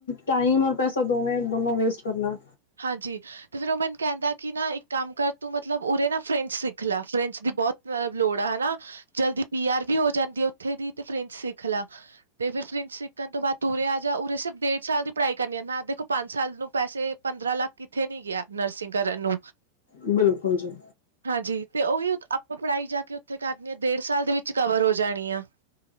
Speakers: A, on the left; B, on the right.
A: ਟਾਈਮ ਔਰ ਪੈਸਾ ਦੋਵੇਂ ਦੋਨੋਂ ਵੇਸਟ ਕਰਨਾ।
B: ਹਾਂਜੀ, ਤੇ ਫਿਰ ਉਹ ਮੈਨੂੰ ਕਹਿੰਦਾ ਕਿ ਨਾ ਇੱਕ ਕੰਮ ਕਰ ਤੂੰ ਮਤਲਬ ਉਰੇ ਨਾ ਫਰੈਂਚ ਸਿਖਲਾ ਫਰੈਂਚ ਬਹੁਤ ਲੋੜ ਆ ਹੈਨਾ ਜਲਦੀ ਪੀ ਆਰ ਵੀ ਹੋ ਜਾਂਤੀ ਆ ਉੱਥੇ ਦੀ ਤੇ ਫਰਿੰਚ ਸਿੱਖ ਲਾ ਤੇ ਵਿ ਪ੍ਰਿੰਸ ਸਿੱਖਣ ਤੋਂ ਬਾਅਦ ਤੂਰੇ ਆ ਜਾ ਉਰੇ ਸਿਰਫ ਡੇਢ ਸਾਲ ਦੀ ਪੜ੍ਹਾਈ ਕਰਨੀਆਂ ਨਾ ਦੇਖੋ ਪੰਜ ਸਾਲ ਨੂੰ ਪੈਸੇ ਪੰਦਰਾਂ ਲੱਖ ਕਿੱਥੇ ਨੀ ਗਿਆ ਨਰਸਿੰਗ ਕਰਨ ਨੂੰ।
A: ਬਿਲਕੁਲ ਜੀ
B: ਆਪਾਂ ਪੜ੍ਹਾਈ ਜਾ ਕੇ ਉੱਥੇ ਕਰਨੀ ਆ ਡੇਢ ਸਾਲ ਦੇ ਵਿੱਚ ਕਵਰ ਹੋ ਜਾਣੀ ਆ।